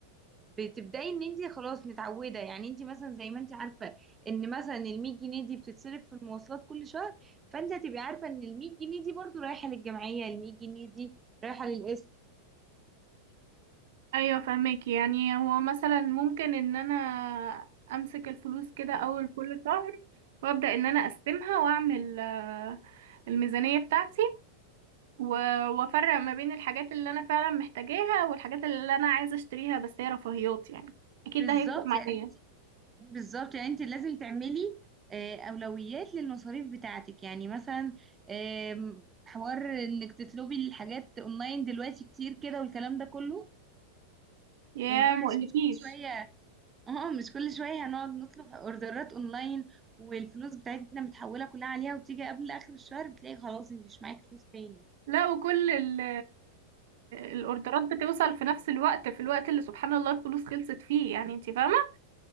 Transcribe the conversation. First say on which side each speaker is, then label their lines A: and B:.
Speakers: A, on the right; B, on the right.
A: بتبدأي ان انت خلاص متعودة يعني انت مثلا زي ما انت عارفة ان مثلا ال 100 جنيه دي بتتصرف في المواصلات كل شهر فانت هتبقي عارفة ان ال 100 جنيه دي برضو رايحة للجمعية ال 100 جنيه دي رايحة للقسم
B: ايوه فهمك يعني هو مثلا ممكن ان انا امسك الفلوس كده اول كل شهر وابدأ ان انا اقسمها واعمل آه، الميزانية بتاعتي و- وافرق ما بين الحاجات اللي انا فعلا محتاجاها والحاجات اللي انا عايزه اشتريها بس هي رفاهيات يعني اكيد
A: بالظبط
B: ده هيفرق معايا
A: يعني بالظبط يعني انت لازم تعملي آه، اولويات للمصاريف بتاعتك يعني مثلا آم، حوار انك تطلبي الحاجات اونلاين دلوقتي كتير كده والكلام ده كله
B: يا
A: ما ينفعش
B: ما اقولكيش
A: مش كل شويه <laughs> اه مش كل شويه هنقعد نطلب اوردرات اونلاين والفلوس بتاعتنا متحوله كلها عليها وبتيجي قبل اخر الشهر بتلاقي خلاص انت مش معاكي فلوس تاني
B: لا وكل ال- الاوردرات بتوصل في نفس الوقت في الوقت اللي سبحان الله الفلوس خلصت فيه يعني انت فاهمه